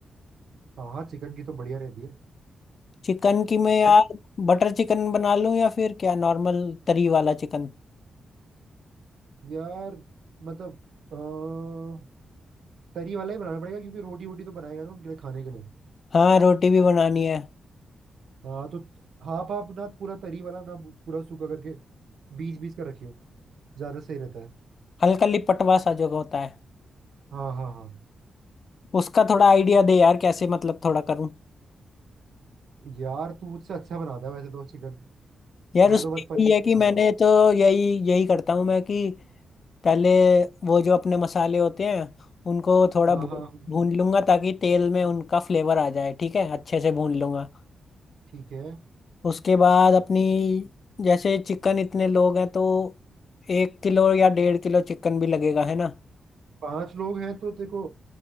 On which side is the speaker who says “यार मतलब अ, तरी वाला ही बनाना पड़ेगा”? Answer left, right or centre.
Right